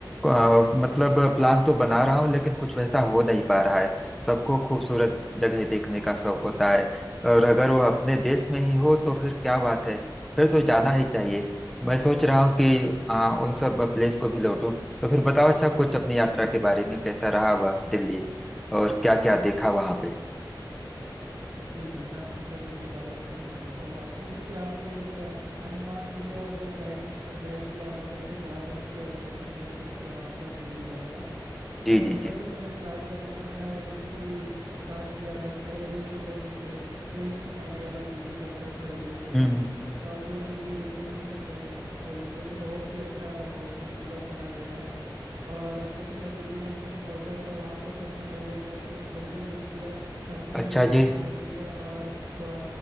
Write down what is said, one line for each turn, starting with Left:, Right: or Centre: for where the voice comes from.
Centre: आ, मतलब प्लान तो बना रहा हूँ लेकिन कुछ वैसा हो नहीं पा रहा है सबको खूबसूरत जगह देखने का शौक होता है और अगर वह अपने देश में ही हो तो फिर क्या बात है फिर तो जाना ही चाहिए मैं सोच रहा हूँ कि आ, उन सब प्लेस को भी लौटूं तो फिर बताओ अच्छा कुछ अपनी यात्रा के बारे में कैसा रहा वह दिल्ली और क्या क्या देखा वहाँ पे
Right: जी जी मैं अपनी जर्नी के बारे में कुछ बताता हूँ आपको जिससे आपको एक अ, अनुमान मिले और एक गाइडेंस मिल जाए कि आप कैसे जा सकते हो और कैसे घूम सकते हैं वहाँ पर दिल्ली वगैरह तो
Centre: जी जी
Right: सबसे
Centre: जी
Right: पहले स्टार्ट करूँगा मैं जैसे कि स्टार्ट किया रहा ट्रे, रेलवे जर्नी से ट्रेन से मैं गया रहा दिल्ली पहुंचा था रेलवे स्टेशन
Centre: हम्म
Right: में और जो दिल्ली रेलवे स्टेशन या जंक्शन बोलेंगे वो बहुत ही अच्छा है बहुत खूबसूरत बना गया है और जैसे मैं दिल्ली जंक्शन पहुंचा तो वहां पर सबसे पहले मैं एक होटल बुक किया ताकि
Centre: अच्छा
Right: रहने
Centre: जी
Right: खाने पीने और थोड़ा